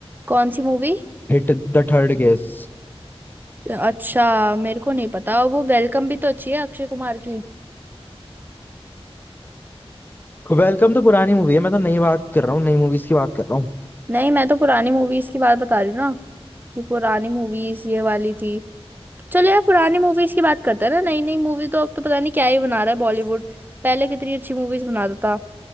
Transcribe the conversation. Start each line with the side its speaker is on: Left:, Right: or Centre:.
Right: कौन सी मूवी
Left: hit the third case
Right: अच्छा मेरे को नहीं पता वो वेलकम भी तो अच्छी है अक्षय कुमार की
Left: Welcome तो पुरानी मूवी है मैं तो नई बात कर रहा हूँ नई मूवीज की बात कर रहा हूँ
Right: नहीं मैं तो पुरानी मूवीज की बात बता रही हूँ ना कि पुरानी मूवीज ये वाली थी चलो यार पुरानी मूवीज की बात करते हैं ना नई नई मूवी तो अब तो पता नहीं क्या ही बना रहा है बॉलीवुड पहले कितनी अच्छी मूवीज बनाता था